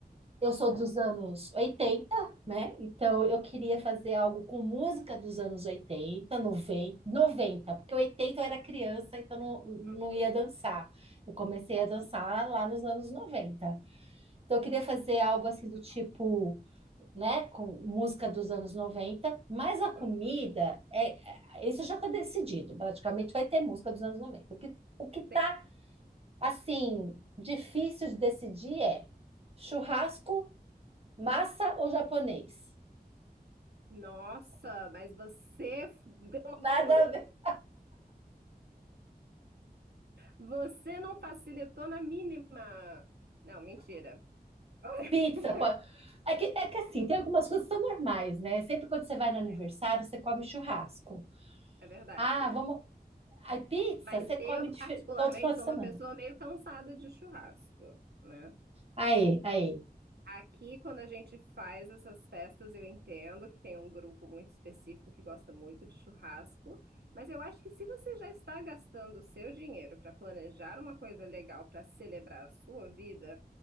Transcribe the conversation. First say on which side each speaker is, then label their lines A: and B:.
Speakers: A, on the right; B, on the right.
A: eu sou dos anos 80, né? Então eu queria fazer algo com música dos anos 80, noventa, noventa, porque 80 eu era criança, então não,
B: Uhum.
A: não ia dançar. Eu comecei a dançar lá nos anos 90. Então eu queria fazer algo assim
B: Muito
A: do tipo, né, com música dos anos 90, mas a comida
B: bom.
A: é é- isso já está decidido, praticamente vai ter música dos anos 90. O que o que tá
B: Sim.
A: assim difícil de decidir é churrasco Massa ou japonês?
B: Nossa, mas você f- deu uma
A: Nada
B: volta no.
A: a ver.
B: Você não facilitou na mínima. Não, mentira. <laughs>
A: Pizza, pode. É que, é que assim, tem algumas coisas que são normais, né? Sempre quando você vai no aniversário,
B: É,
A: você come churrasco.
B: é verdade.
A: Ah, vamos. Aí, pizza,
B: Mas
A: você come
B: eu,
A: dife-
B: particularmente,
A: todo final de
B: sou
A: semana.
B: uma pessoa meio cansada de churrasco, né?
A: Aí, aí.
B: Aqui, quando a gente faz essas festas, eu entendo que tem um grupo muito específico que gosta muito de churrasco, mas eu acho que se você já está gastando o seu dinheiro para planejar uma coisa legal para celebrar a sua vida,